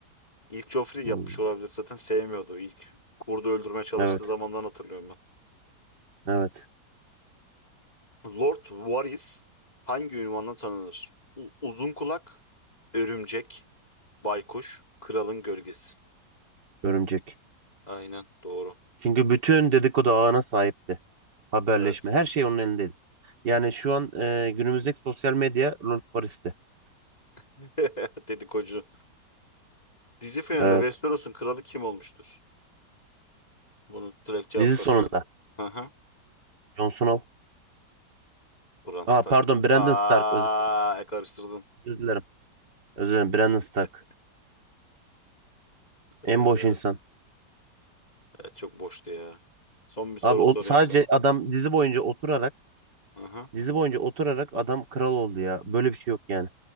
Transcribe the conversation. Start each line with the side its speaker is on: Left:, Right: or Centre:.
Left: İlk Joffrey
Right: Hmm,
Left: yapmış olabilir. Zaten sevmiyordu. İlk kurdu öldürmeye çalıştığı
Right: Evet.
Left: zamandan hatırlıyorum
Right: Evet.
Left: ben. Lord Varys hangi ünvanla tanınır? U- uzun kulak, örümcek, baykuş, kralın gölgesi.
Right: Örümcek.
Left: Aynen doğru.
Right: Çünkü bütün dedikodu ağına sahipti. Haberleşme.
Left: Evet.
Right: Her şey onun elindeydi. Yani şu an e, günümüzdeki sosyal medya Lord Paris'ti.
Left: <laughs> Dedikocu. Dizi finalinde
Right: Evet.
Left: Westeros'un kralı kim olmuştur? Bunu direkt cevaplarsın
Right: Dizi sonunda.
Left: Erdoğan. Hı hı.
Right: Jon Snow.
Left: Bran Stark.
Right: Aa, pardon Brandon
Left: Aa,
Right: Stark. Öz-
Left: e, karıştırdın.
Right: Özür dilerim. Özür dilerim. Brandon Stark.
Left: <laughs> Ee,
Right: En boş insan.
Left: evet, çok boştu ya. Son bir soru
Right: Abi o,
Left: sorayım
Right: sadece
Left: sana.
Right: adam dizi boyunca oturarak
Left: Aha,
Right: dizi boyunca oturarak adam kral oldu ya. Böyle bir şey yok yani.